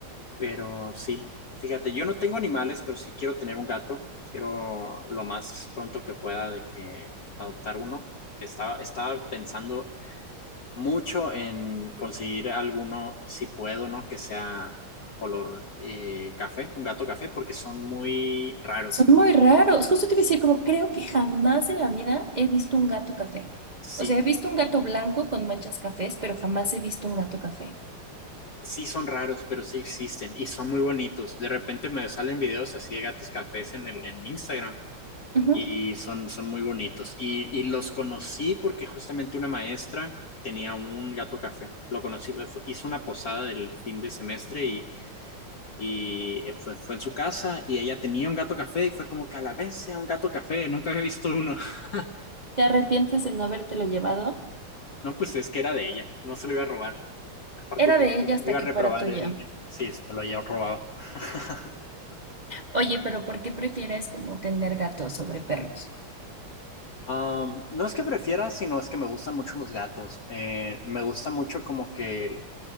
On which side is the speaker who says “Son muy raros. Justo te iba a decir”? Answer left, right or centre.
Right